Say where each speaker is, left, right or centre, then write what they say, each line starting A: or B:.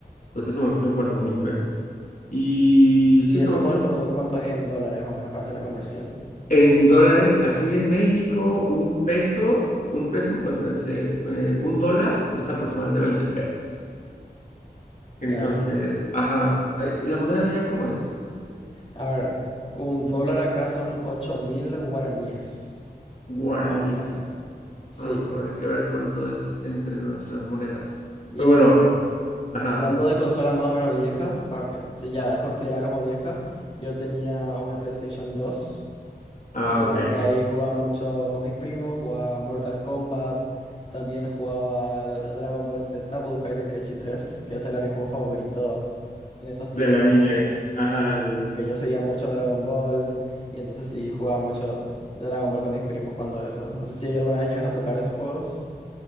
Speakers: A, on the left; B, on the left.
A: Entonces eso me costó en cuatro mil pesos. Y
B: ¿Y
A: sí,
B: eso
A: como
B: cuánto,
A: que yo,
B: cuánto es en dólares más o menos para hacer la conversión?
A: En dólares, aquí en México, un peso, un peso, bueno, ese, eh, un dólar es aproximadamente 20 pesos. Entonces,
B: Ya.
A: ajá, ay, ¿y la moneda de allá cómo es?
B: A ver, un dólar acá son ocho mil guaraníes,
A: Guaraníes.
B: más o menos. Sí,
A: Ah, habrá que ver cuánto es entre nuestras monedas.
B: y
A: Pero bueno, ajá,
B: hablando de consolas más o menos viejas, bueno, que si ya es considerada como vieja, yo tenía una PlayStation dos.
A: ah,
B: en
A: ok,
B: la que ahí jugaba mucho con mis primos, jugaba Mortal Kombat, también jugaba al Dragon Ball Z, Budokai Tenkaichi 3, que ese era mi juego favorito en esos
A: de
B: tiempos.
A: la niñez, Ajá.
B: Sí, que yo seguía mucho Dragon Ball y entonces sí jugaba mucho Dragon Ball con mis primos cuando eso. No sé si alguna vez llegas a tocar esos juegos.